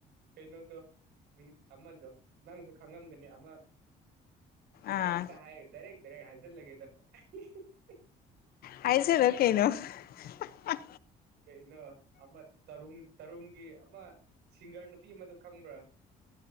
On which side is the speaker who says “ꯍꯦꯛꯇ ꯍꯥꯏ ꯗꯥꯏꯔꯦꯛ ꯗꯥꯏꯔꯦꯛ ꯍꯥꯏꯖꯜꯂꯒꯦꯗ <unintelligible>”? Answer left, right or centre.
Right